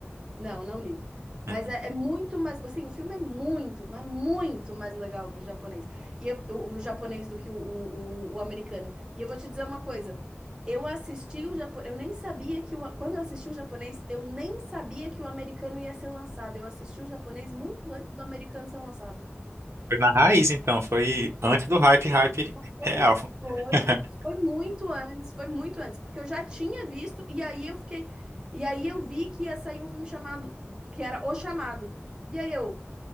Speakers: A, on the right; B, on the right.
A: Não, não li. Mas
B: Uhum.
A: é, é muito mais. Assim, o filme é muito, mas muito mais legal que o japonês. E eu, eu- o japonês do que o, o, o- o americano. E eu vou te dizer uma coisa. Eu assisti o japonês. Eu nem sabia que o. Quando eu assisti o japonês, eu nem sabia que o americano ia ser lançado. Eu assisti o japonês muito antes do americano ser lançado.
B: Foi na raiz, então. Foi antes do hype, hype
A: Foi,
B: real.
A: foi.
B: <laughs>
A: Foi muito antes, foi muito antes, porque eu já tinha visto, e aí eu fiquei. E aí eu vi que ia sair um filme chamado, que era O Chamado. E aí eu.